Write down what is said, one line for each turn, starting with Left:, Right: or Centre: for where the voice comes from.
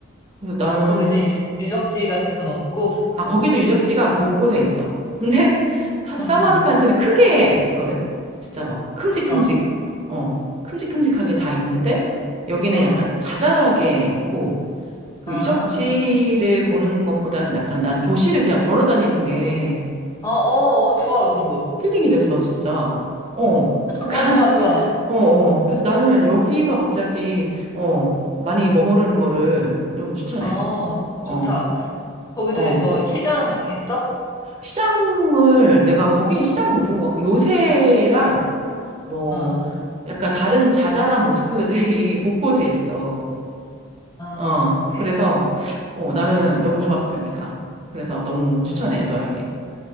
Right: 그래서 나는
Left: 아, 거기는 유, 유적지 같은 건 없고,
Right: 아 거기도 유적지가 곳곳에 있어 <laughs> 근데 사-
Left: 어,
Right: 사마르칸트는
Left: 어,
Right: 크게 있거든 진짜 막 큼직큼직
Left: 어,
Right: 어 큼직큼직하게 다 있는데 여기는
Left: 어,
Right: 약간 자잘하게 있고 그
Left: 아,
Right: 유적지를 보는 것보다는 약간 난 도시를 그냥 걸어 다니는 게
Left: 어, 어, 어, 좋아, 그런 거.
Right: 힐링이 됐어, 진짜. 어, 약간,
Left: 어, 좋아,
Right: <laughs>
Left: 좋아.
Right: 어, 어. 그래서 나는 여기서 갑자기, 어, 많이 머무르는 거를 좀 추천해.
Left: 어,
Right: 어,
Left: 좋다. 거기도
Right: 어.
Left: 뭐 시장 있어?
Right: 시장을, 내가 거기 시장을 못 본 것 같고, 요새랑 뭐,
Left: 응,
Right: 약간 다른 자잘한 모스크들이 <laughs> 곳곳에 있어.
Left: 아,
Right: 어,
Left: 그래.
Right: 그래서, 어, 나는 너무 좋았어, 여기가. 그래서 너무 추천해,
Left: 음.
Right: 너에게.